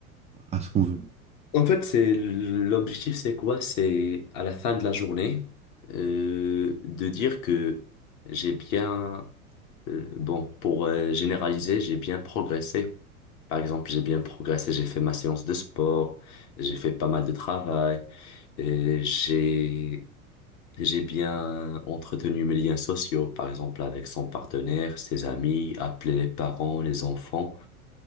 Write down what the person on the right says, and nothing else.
à ce qu'on veut.